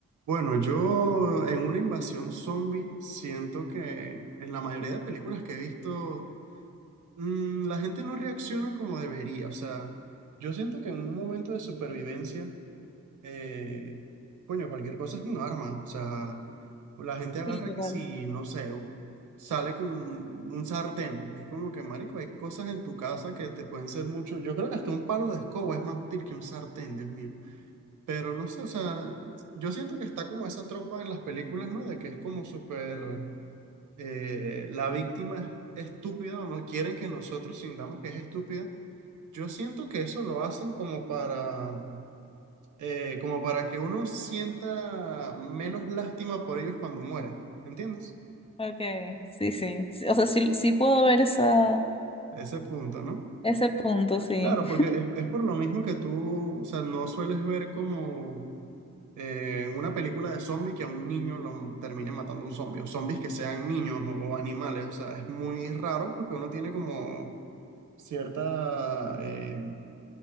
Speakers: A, on the right (about 80°); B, on the left (about 20°).
A: Bueno, yo en una invasión zombie siento que en la mayoría de películas que he visto, mm, la gente no reacciona como debería. O sea, yo siento que en un momento de supervivencia, eh, coño, cualquier cosa es un arma. O sea, la gente agarra
B: Sí, total.
A: que si, no sé, o- sale con un sartén. Y es como que, marico, hay cosas en tu casa que te pueden ser mucho. Yo creo que hasta un palo de escoba es más útil que un sartén, Dios mío. Pero no sé, o sea, yo siento que está como esa tropa en las películas, ¿no? De que es como súper, eh, la víctima es estúpida o no quieren que nosotros sintamos que es estúpida. Yo siento que eso lo hacen como para, eh, como para que uno sienta menos lástima por ellos cuando muere, ¿entiendes?
B: Okay, sí, sí. Sí, O sea, sí, sí puedo ver esa,
A: Ese punto, ¿no?
B: ese punto, sí.
A: Claro, porque es, es por lo mismo que tú, o sea, no sueles ver como eh, en una película de zombie que a un niño lo termine matando un zombie, o zombies que sean niños o, o animales, o sea, es muy raro porque uno tiene como cierta, eh,